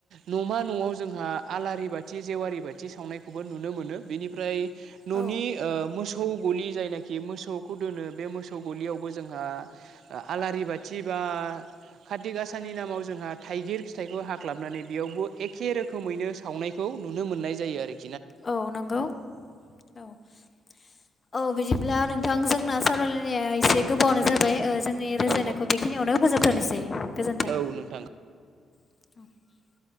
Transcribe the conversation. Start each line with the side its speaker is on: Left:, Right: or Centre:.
Right: न'मा न'आव जोंहा आलारि बाथि जेवारि बाथि सावनायखौबो नुनो मोनो बेनिफ्राय न'नि
Left: औ
Right: ओ मोसौ गलि जायनाखि मोसौखौ दोनो बे मोसौ गलियावबो जोंहा आलारि बाथि बा कार्तिक आसानि नामाव जोंहा थाइगिर फिथाइखौ हाख्लाबनानै बेयावबो एखे रोखोमैनो सावनायखौ नुनो मोननाय जायो आरोख
Left: औ नंगौ औ बिदिब्ला नोंथां जोंना सावरायलायनाया एसे गोबावानो जाबाय बे जोंनि रायज्लायनायखौ
Right: औ
Left: बेखिनियावनो फोजोबथ'नोसै। गोजोन्थों।
Right: औ नोंथां
Left: <unintelligible>